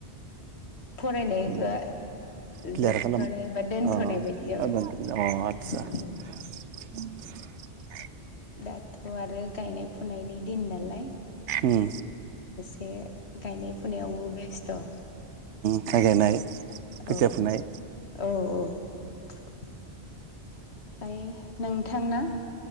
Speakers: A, on the left; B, on the right.
A: फरायनायखो
B: उम क्लियार
A: जोबथनाय
B: खालाम
A: बा दोनथनाय
B: अ
A: बायदि जाबाय
B: अ
A: औ
B: आतसा <unintelligible>
A: दाथ आरो गायनाय फुनायनि दिन नालाय
B: उम
A: से गायनाय फुनायावबो बेस्थ ।
B: माय गायनाय खोथिया
A: औ
B: फुनाय
A: औ औ ओमफ्राय नोंथांना